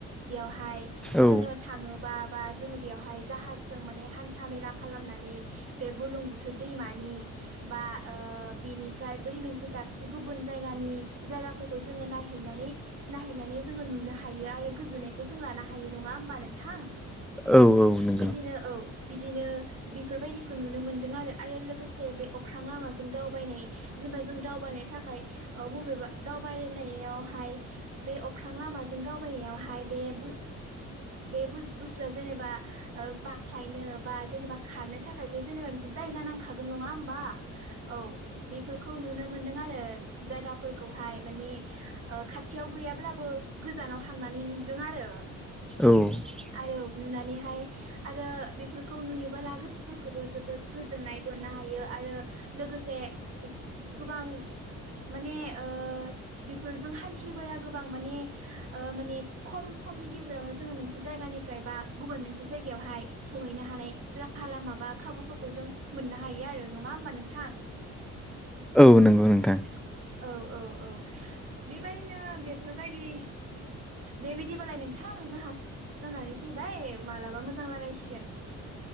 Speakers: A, on the right; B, in the centre.
A: बेवहाय
B: औ
A: जोङो थाङोबा आ जोंङो बे बेयावहाय जाहाजजों माने हान्था मेला खालामनानै बे बुर्लुंबुथुर दैमानि बा ओ बेनिफ्राय बै मोनसे दाबसे गुबुन जायगानि जायगाफोरखौ जोङो नायहैनानै नायहैनानै जोङो नुनो हायो आरो गोजोननायखौ जों लानो हायो नङा होमबा नोंथां।
B: औ औ नोंगौ।
A: बिदिनो औ बिदिनो बेफोरबायदिखौ नुनो मोनदों आरो आरो लोगोसे बे अख्रां लामाजों दावबायनाय जेनेबा जों दावबायनो थाखाय ओ बबेबा दावबायनायावहाय बे अख्रां लामाजों दावबायनायावहाय बे बो बे बु स्थुआ जेनेबा ओ बाख्लायनो बा जेनेबा खारनो थाखायथ' जेनेबा मोनसे जायगा नांखागोन नङा होमबा? औ बेफोरखौ नुनो मोनदों आरो जायगाफोरखौहाय मानि ओ खाथियाव गैयाब्लाबो गोजानाव हांनानै नुदों आरो।
B: औ
A: आरो नुनानैहाय आरो बेफोरखौ नुयोबोला गोसोफोरखौबो जोबोद गोजोननाय मोननो हायो आरो लोगोसे गोबां माने ओ बेफोरजों हान्थियोबोला गोबां माने ओ माने खम समनि गेजेरावनो जोङो मोनसे जायगानिफ्राय बा गुबुन मोनसे जायगायावहाय सहैनो हानाय राहा लामा बा खाबुफोरखौ जों मोननो हायो आरो नङा होमबा नोंथां।
B: औ नंगौ नोंथां।
A: औ औ। औ बेबायदिनो। नो बेफोरबायदि। दे बिदिबालाय नोंथां जोंहा जानानै फैबाय मालाबा मोजां रायलायसिगोन।